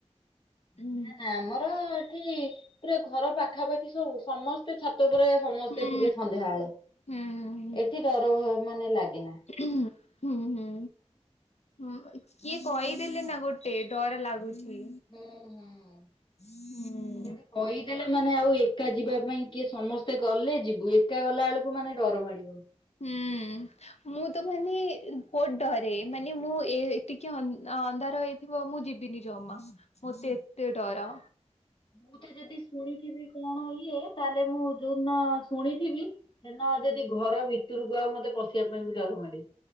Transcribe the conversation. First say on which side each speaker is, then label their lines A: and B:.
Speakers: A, on the left; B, on the left.
A: ହୁଁ
B: ନା ନା ଆମର ନ୍ତି ପୁରା ଘର ପାଖା ପାଖି ସବୁ ସମସ୍ତେ ଛାତ ଉପରେ ସମସ୍ତେ
A: ହୁଁ
B: ଥିବେ ସନ୍ଧ୍ୟାବେଳେ
A: ହୁଁ
B: ଏଠି ଡର ଭୟ ମାନେ ଲାଗେନା।
A: ହୁଁ ହୁଁ। ହୁଁ କିଏ କହିଦେଲେ ନା ଗୋଟେ ଡର ଲାଗୁଚି।
B: ହୁଁ ହୁଁ।
A: ହୁଁ।
B: ଗୋଟେ କହିଦେଲେ ମାନେ ଆଉ ଏକା ଯିବା ପାଇଁ, କିଏ ସମସ୍ତେ ଗଲେ ଯିବୁ ଏକା ଗଲା ବେଳକୁ ମାନେ ଡର ମାଡିବ।
A: ହୁଁ। ମୁଁ ତ ମାନେ ବହୁତ ଡରେ ମାନେ ମୁଁ ଏ ଟିକେ ଅ ଅନ୍ଧାର ହେଇ ଥିବ ମୁଁ ଯିବିନି ଜମା ମତେ ଏତେ ଡର।
B: ମୁଁ ତ ଯଦି ଶୁଣିଥିବି କଣ ଇଏ ତାହେଲେ ମୁଁ ଯୋଉଦିନ ଶୁଣିଥିବି ସେନା ଯଦି ଘର ଭିତରକୁ ଆଉ ମତେ ପଶିବା ପାଇଁ ବି ଡର ମାଡ଼େ।